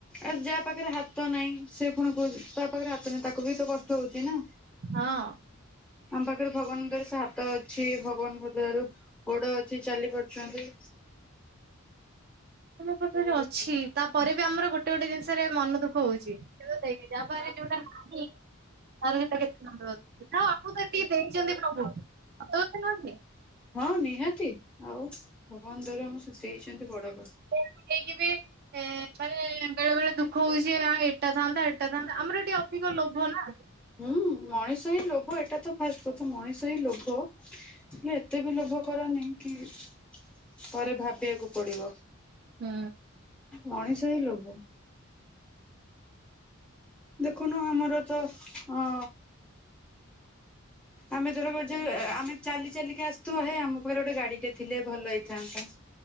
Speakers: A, in the centre; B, on the right.
A: ଆଉ ଯାହା ପାଖରେ ହାତ ନାହିଁ। ସେ ଫୁଣି କୋହୁଚି ତା ପାଖରେ ହାତ ନାହିଁ ତାକୁ ବି ତ କଷ୍ଟ ହୋଉଚି ନା।
B: ହଁ।
A: ଆମ ପାଖରେ ଭଗବାନଙ୍କ ଦୟାରୁ ସେ ହାତ ଅଛି। ଭଗବାନଙ୍କ ଦୟାରୁ ଗୋଡ ଅଛି ଚାଲି ପାରୁଚନ୍ତି।
B: ତମ ପାଖରେ ଅଛି ତାପରେ ବି ଆମର ଗୋଟେ ଗୋଟେ ଜିନିଷରେ ମନ ଦୁଃଖ ହୋଉଚି। ସିଏ ତ ଦେଇଚି <unintelligible> ଯାହା ପାଖରେ ଯୋଉଟା ନାହିଁ <unintelligible> ହଁ ଆପଣ‌ଙ୍କୁ ଏତିକି ଦେଇଚନ୍ତି ପ୍ରଭୁ ସତ କଥା ନୁହଁ କି?
A: ହଁ ନିହାତି ଆଉ ଭଗବାନ ଦୟାରୁ ଆମକୁ ସେ ଦେଇଚନ୍ତି ବଡ କଥା।
B: ସେରା <unintelligible> କୁ ଦେଇକି ବି ଏଁ ମାନେ ବେଳେ ବେଳେ ଦୁଃଖ ହୋଉଚି <unintelligible> ଏଟା ଥାନ୍ତା ଏଟା ଥାନ୍ତା ଆମର ଏଠି ଅଧିକ ଲୋଭ ନା।
A: ହୁଁ ମଣିଷ ହିଁ ଲୋଭ ଏଟା ତ ଫାଷ୍ଟ କଥା ମଣିଷ ହିଁ ଲୋଭ। ହେଲେ ଏତେ ବି ଲୋଭ କରନି କି ପରେ ଭାବିବାକୁ ପଡିବ।
B: ହୁଁ
A: ମଣିଷ ହିଁ ଲୋଭ ଦେଖୁନୁ ଆମର ତ ଅ ଆମେ ଧର ବଜେଇବା ଆମେ ଚାଲି ଚାଲିକି ଆସୁଥିବ ହେ ଆମ ପାଖରେ ଗୋଟେ ଗାଡିଟେ ଥିଲେ ଭଲ ହେଇଥାନ୍ତା।